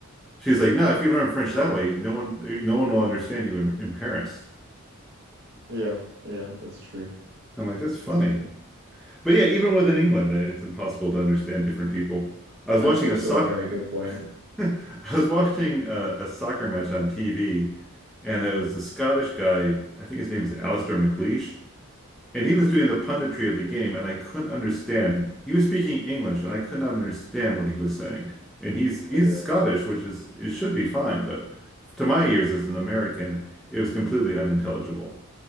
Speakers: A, in the centre; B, on the right.
A: she's like, no, if you learn French that way, no one no one will understand you in in Paris.
B: yeah, yeah, that's true.
A: I'm like, that's funny.
B: That's true.
A: But yeah, even within England, uh, it's impossible to understand different people. I was
B: That's
A: watching
B: also
A: a soc
B: a very good point.
A: <laughs> I was watching a, a soccer match on TV, and it was the Scottish guy. I think his name is Alistair McLeish, and he was doing the punditry of the game, and I couldn't understand. He was speaking English, and I could not understand what he was saying. And he's he's
B: Oh, yeah,
A: Scottish, which is it should be fine, but to my ears as an American, it was completely unintelligible.